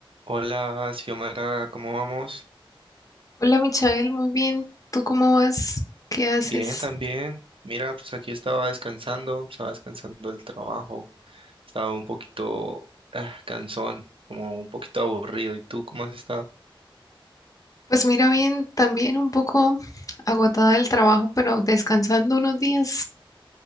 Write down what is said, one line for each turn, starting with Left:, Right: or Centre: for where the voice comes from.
Right: Hola, Xiomara, ¿cómo vamos?
Left: Hola Michael, muy bien. ¿Tú cómo vas? ¿Qué haces?
Right: Bien, también. Mira, pues aquí estaba descansando, estaba descansando del trabajo, estaba un poquito ah, cansón, como un poquito aburrido. ¿Y tú cómo has estado?
Left: Pues mira, bien, también un poco agotada del trabajo, pero descansando unos días.